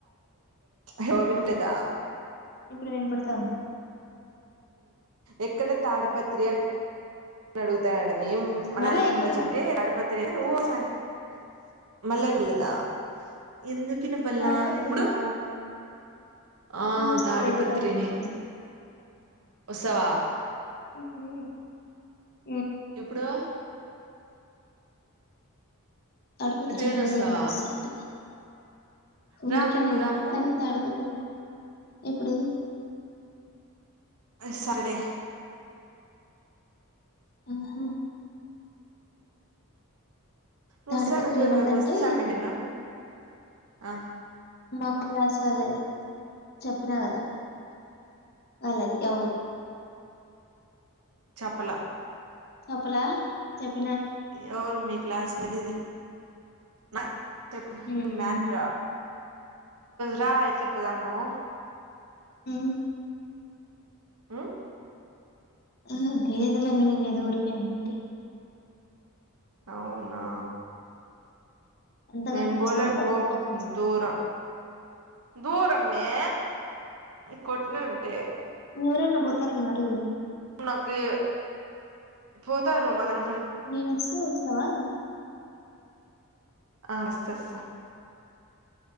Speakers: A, on the right (about 75°); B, on the left (about 45°).
A: హ వినప్పులేదా
B: ఇప్పుడు వినపడతా ఉంది
A: ఎక్కడ తాడిపత్రి అని అడుగుతా మ
B: మళ్ళా
A: నాకి
B: ఇనపడలా.
A: ముచ్చ త <unintelligible> ఎందు కినపల్లా
B: తాడిపత్రినా?
A: ఇప్పుడు ఆ
B: నేనొస్తాలయితే
A: తాడిపత్రినే
B: తాడిపత్రికి.
A: వస్తావా
B: హ్మ్ హ్మ్
A: ఎప్పుడు
B: తాడిపోత్రండి
A: నిజంగానే
B: ఉదా
A: వస్తావా
B: అందుకు వస్తారడి ఊరికేనాండి
A: రామే పోదాము
B: కానీ తాడిపోత్ర ఎప్పుడు
A: సాటర్డే
B: ఆహా
A: రుసానంట
B: తాడిపత్రి ఎవరిదంటే
A: వస్సామనిను ఆ
B: మా క్లాస్ వాళ్ళది చెప్పినా కదా వాళ్ళది ఎవరు
A: చెప్పలె
B: చెప్పులా చెప్ప
A: ఎవరు మీ క్లాస్ <unintelligible>
B: హ్మ్.
A: మేటర్ ఆ రా అయితే పదము
B: అ
A: ఆ
B: ఆ గేదులే మే నేనూ ఏదో ఊరికే అంటి
A: అవునా
B: అంతగా
A: నేను
B: పిలిచిందా
A: పోలేను
B: పాప
A: పో
B: పాపం.
A: దూరం దూరం ఆమెే కొట్టిన ఉంటే
B: ఎవరన్న పోతారు ఏమో అడుగు
A: నాకు పోతారు మదన
B: నేనుస్తుస్తవా
A: ఆ అస్తాస్తా